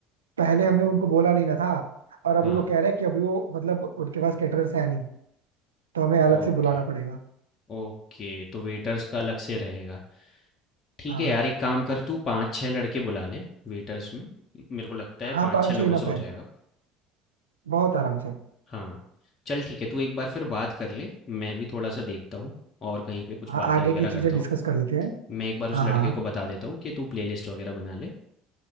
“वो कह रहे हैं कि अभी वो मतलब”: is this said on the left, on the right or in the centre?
Right